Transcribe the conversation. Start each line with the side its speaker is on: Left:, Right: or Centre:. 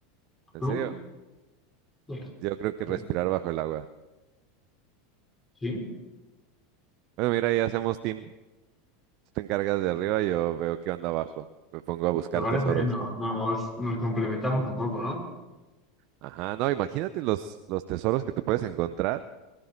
Right: ¿En
Left: ¿Tú?
Right: serio?
Left: Sí.
Right: Yo creo que
Left: Sí,
Right: respirar bajo el agua.
Left: Sí,
Right: Bueno, mira, ya hacemos team. Tú te encargas de arriba, yo veo qué onda abajo. Me pongo a buscar
Left: me parece
Right: tesoros.
Left: bien, no- nos, nos complementamos un poco, ¿no?
Right: Ajá, no, imagínate los, los tesoros que te puedes encontrar